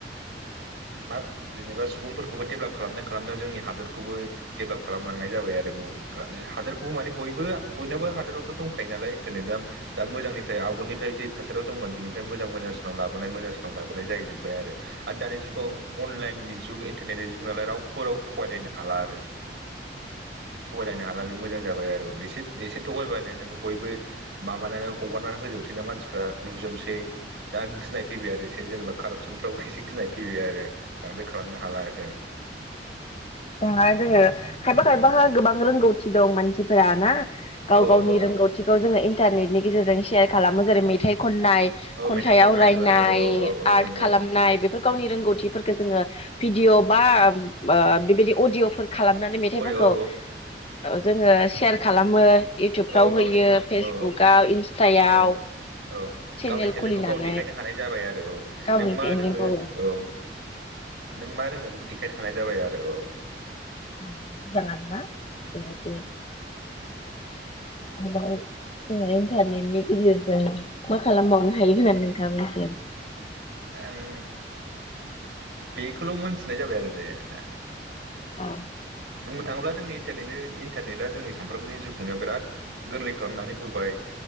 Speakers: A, on the right; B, on the left.
A: मा जेनेबा सुबुंफोरखौबो डेभालप खालामनाया खालामदों जोंनि होरखौबो डेभेलप खालामलांनाय जाबाय आरो ओम हा-हादोरखौबो माने बे बयनाबो हादोरावथ' दंखायो नालाय इन्टारनेट दा मोजांनिफ्राय आगोलनिफ्राय जे थासारियाव दंमोन बेनिफ्राय मोजां मोजांसिनाव लाबोनाय मोजांसिनाव लाबोनाय जाहैजोबबाय आरो। औ अनलाइन नि जुग इन्टारनेटनि जुग नालाय रावबो राव थगायलायनो हाला आरो। थगायलायनो हाला बे मोजां जाबाय आरो एसे एसे थगायबानो नोङो बयबो माबानानै हगारनानै होजोबसै ना मानसि फ्रा नुजोबनोसै दा गिनाय फैबाय आरो एसे जेनेबा कारापसनाव एसे गिनाय फैबाय आरो बांद्राय खालामनो हाला आरो
B: दा जोङो खायफा खायफाहा गोबां रो रोंगौथि दं मानसिफोरा ना गाव
A: औ औ
B: गावनि
A: औ
B: रोंगौथिखौ जोङो इन्टारनेटनि गेजेरजों सेयार खालामो जेरै मेथाइखौ खननाय,
A: औ
B: खन्थाइयाव
A: मेथाइ खननायफोर
B: रावरायनाय,
A: औ औ औ औ
B: आर्ट
A: नंगौ
B: खालामनाय बेफोर गावनि रोंगौथिफोर खौ जोङो भिडिअ' बा ओम मा बेबादि अडिअ फोर खालामनानै मेथाइफोरखौ
A: औ औ
B: ओ जोङो सेयार
A: औ
B: खालामो। इउटुबफ्राव
A: औ गावनि
B: होयो फेसबुकाव
A: औ
B: इन्सटायाव
A: औ औ
B: चेनेल
A: गावनि टेलेन्टखौ
B: खुलिनानै
A: गाव देखायनो हानाय जाबाय आरो औ
B: गावनि
A: नों मा
B: टेलेन्टखौ
A: रोङो औ नों मा रोङो बेखौ देखायनो हानाय जाबाय आरो औ
B: ओम मोजाङानो ना। बेबायदि आरोबाव जों इन्टारनेटनि गेजेरजों मा खालामबावनो हायो होननानै नोंथाङा मोनथियो?
A: ओम बेखौल' मोनथिनाय जाबाय आरो दे ना
B: अ
A: बुंनो थाङोब्ला जोंनिटनेनि इन्टारनेटआ जोंनि सानफ्रोमबोनि जिउखुंनायाव बिराद गोरलै खालामनानै होबाय